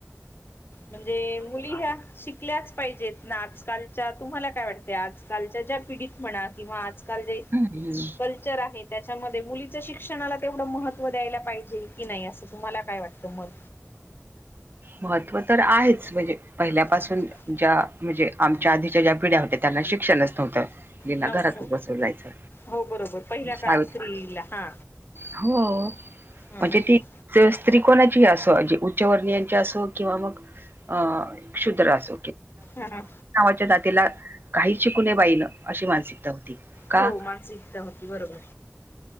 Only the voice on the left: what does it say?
म्हणजे मुली ह्या शिकल्याच पाहिजेत ना आजकालच्या तुम्हाला काय वाटत आजकालच्या ज्या पिढीत म्हणा किंवा आजकाल जे
कल्चर आहे त्याच्यामध्ये मुलीच शिक्षणाला तेवढं महत्त्व द्यायला पाहिजे की नाही असं तुम्हाला काय वाटतं मत
मत
नव्हतं
हो बरोबर पहिल्या
काळात स्त्रीला हा
हम्
हम
हा हा
हो मानसिकता होती बरोबर